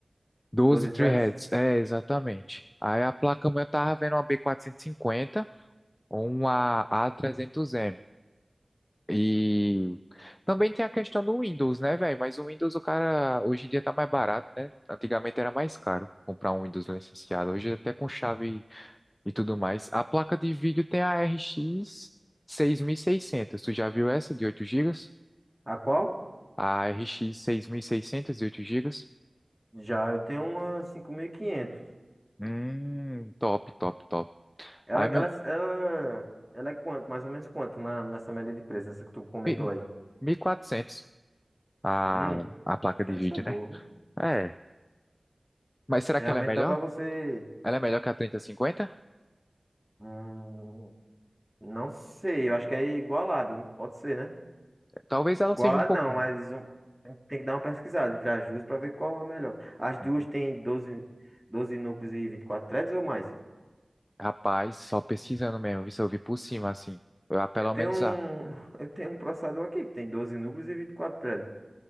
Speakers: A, on the left (about 20°); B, in the centre.
A: 12
B: 12
A: threads.
B: threads?
A: É, exatamente. Aí a placa-mãe eu tava vendo uma b quatrocentos e cinquenta ou uma a trezentos m e também tem a questão do Windows, né, velho? Mas o Windows, o cara, hoje em dia tá mais barato, né? Antigamente era mais caro comprar um Windows licenciado. Hoje até com chave e tudo mais. A placa de vídeo tem a RX seiscentos. Tu já viu essa de oito gigas?
B: A qual?
A: A RX seiscentos de 8 gigas?
B: Já eu tenho uma 5.500.
A: Hum, top, top, top.
B: Ela,
A: Aí,
B: ela,
A: meu,
B: ela, ela é quanto? Mais ou menos quanto na, nessa média de preço, essa que tu comentou
A: mi-
B: aí?
A: 1400. a,
B: Hum,
A: a placa
B: diferença
A: de vídeo,
B: boa.
A: né?
B: viu?
A: É. Mas será
B: Realmente
A: que ela é melhor?
B: dá pra você.
A: Ela é melhor que a trinta cinquenta?
B: Hum, não sei, eu acho que é igualado, pode ser, né?
A: Talvez ela
B: Igualado
A: seja um pouco.
B: não, mas um- tem que dar uma pesquisada entre as duas para ver qual é melhor. As duas
A: Uhum.
B: têm doze, 12 núcleos e 24 threads ou mais?
A: Rapaz, só pesquisando mesmo, isso eu vi por cima, assim. Ah, Pelo
B: Eu tenho
A: menos
B: um,
A: a.
B: <laughs> eu tenho um processador aqui que tem 12 núcleos e 24 threads.